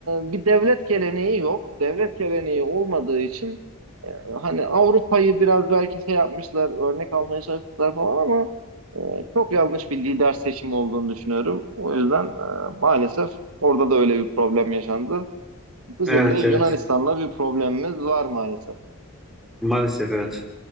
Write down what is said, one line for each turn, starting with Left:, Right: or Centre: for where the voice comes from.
Right: e, bir devlet geleneği yok. Devlet geleneği olmadığı için e, hani Avrupa'yı biraz belki şey yapmışlar, örnek almaya çalıştılar falan ama e, çok yanlış bir lider seçimi olduğunu düşünüyorum. O yüzden e, maalesef orada da öyle bir problem yaşandı. Bizim
Centre: evet
Right: de Yunanistan'la
Centre: evet.
Right: bir problemimiz var maalesef.
Centre: Maalesef evet.